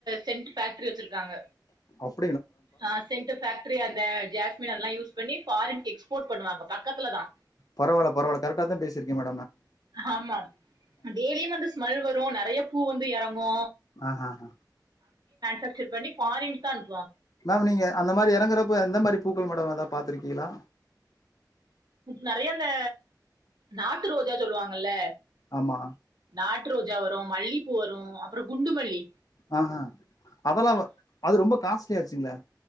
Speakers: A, on the right; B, on the left.
A: சென்ட் பேக்டரி வச்சிருக்காங்க
B: ஆ
A: அ சென்ட் ஃபேக்ட்ரி அந்த ஜாஸ்மின் அதெல்லா யூஸ் பண்ணி ஃப்பாரின் எக்ஸ்போட் பண்ணுவாங்க பக்கத்துலதா
B: பரவால்ல பரவால்ல கரெட்டாதா பேசிருக்கே மேம்
A: ஆமா டெய்லியு அந்து ஸ்மெல் வரு நெறைய பூ வந் த்து எறங்கு
B: ஆஹ் ஆஹ்
A: டக்சர் பண்ணி ஃபாரின்தா அனுப்
B: மேம் நீங்க அந்த மாரி எறங்கறப்ப எந்த மாரி பூக்கள் மேடம் ஏதா பாத்துருக்கீங்களா
A: நெறைய அந்த நாட்டு ரோ ஜா சொல்லுவாங்கல்ல
B: ஆமா
A: ஆட்டு ரோஜா வ றோ மல்லிப்பூ வரு அப்புறோ குண்டுமல்லி
B: ஆஹ் அதெல்லா அது ரொம்ப காஸ்ட்லியாச்சுங்களே